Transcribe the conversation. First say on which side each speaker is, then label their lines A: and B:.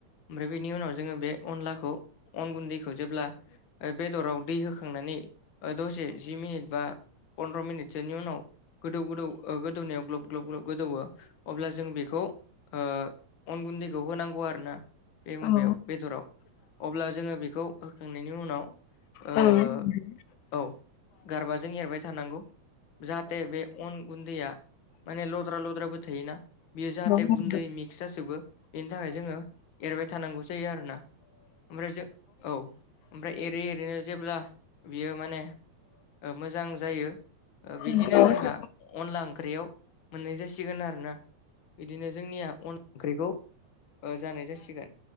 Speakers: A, on the left (about 55°); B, on the left (about 85°).
A: ओमफ्राय बेनि उनाव जोंङो बे अनलाखौ अन गुन्दैखौ जेब्ला ओ बेदराव दै होखांनानै ओ दसे जि मिनिट बा पन्द्र' मिनिटसोनि उनाव गोदौ गोदौ ओ गोदौनायाव ग्लब ग्लब ग्लब गोदौवो अब्ला जों बेखौ ओ अन गुन्दैखौ होनांगौ आरोना बे
B: औ
A: माबायाव बेदराव अब्ला जोङो बेखौ होखांनायनि उनाव ओ
B: थारैनो
A: औ गारबाजों एरबाय थानांगौ जाहाथे बे अन गुन्दैया माने लद्रा-लद्राबो थायोना बियो जाहाथे
B: नंगौ
A: गुन्दै मिक्स जाजोबो इनि थाखाय जोंङो एरबाय थानांगौ जायो आरोना ओमफ्राय जो औ ओमफ्राय एरै एरैनो जेब्ला बियो माने ओ मोजां जायो ओ बिदिनो
B: नंगौ नंगौ
A: जोंहा अनला ओंख्रियाव मोननाय जासिगोन आरोना इदिनो जोंनिया अन ओंख्रिखौ ओ जानाय जासिगोन